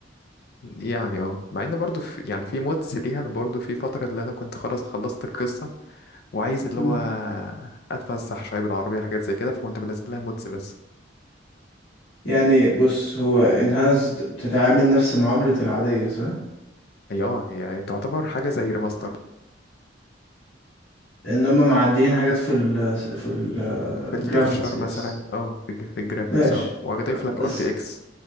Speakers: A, on the left; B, on the left.
A: يعني اه مع ان برضه في يعني في مودز ليها انا برضه في فترة اللي انا كنت خلاص خلصت القصة وعايز اللي
B: مم.
A: هو اتفسح شويه بالعربيه حاجات زي كده فكنت بنزل لها مودز بس
B: يعني بص هو انهانسد بتتعامل نفس معامله العاديه صح
A: هي اه هي تعتبر حاجه زي ريماستر
B: ان هم معدلين حاجات في ال في الجرافيكس
A: في التكتشر
B: بس
A: مثلا اه في, الج- في الجرافيكس
B: ماشي
A: اه وهضيف لك
B: بس
A: ار تي اكس